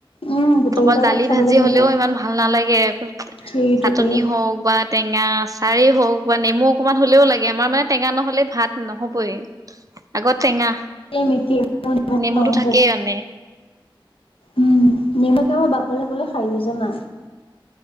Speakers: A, on the left; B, on the right.
A: উম গোটেই
B: অকল
A: কেইটা
B: দালি
A: ভাত খাবলৈ
B: ভাজি
A: ভাল
B: হ'লেও
A: হয়
B: ইমান ভাল নালাগে
A: সেইটোৱে
B: চাটনি হওক বা টেঙা আচাৰেই হওক বা নেমু অকমান হ'লেও লাগে আমাৰ মানে টেঙা নহ'লে ভাত নহ'বই। আগত টেঙা
A: চনে মিকি কে
B: নেমুটো
A: খওঁ
B: থাকেই
A: বহুত।
B: মানে
A: উম নিমখে মই বাকলৈ গলে খাৰও জানা